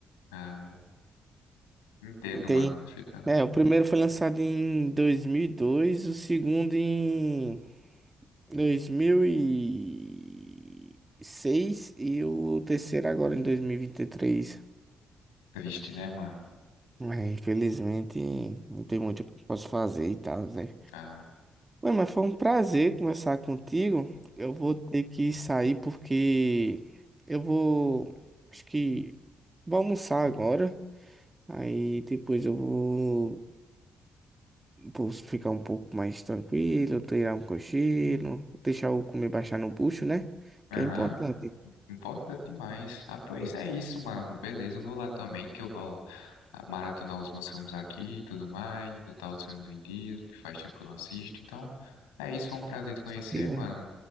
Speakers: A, on the left; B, on the right.
A: Ah, entendo,
B: Tem,
A: mano, perfeitamente.
B: é, o primeiro foi lançado em 2002, o segundo em 2006 e seis e o terceiro agora em dois mil e e vinte e três
A: Triste, né, mano?
B: É, infelizmente, não tem muito o que eu posso fazer e tal, né?
A: Ah,
B: Mano, mas foi um prazer conversar contigo. Eu vou ter que sair porque eu vou, acho que vou almoçar agora. Aí depois eu vou, vou ficar um pouco mais tranquilo, tirar um cochilo, deixar o comer baixar no bucho, né?
A: aham.
B: Que é importante.
A: Importante demais. Ah, pois
B: É,
A: é isso, mano. Beleza, eu vou lá também, que eu vou ah, maratonar os meus filmes aqui e tudo mais, botar os filmes em dias, porque faz tempo que eu não assisto. Então, é isso, foi um prazer te conhecer,
B: Sim,
A: mano.
B: mano.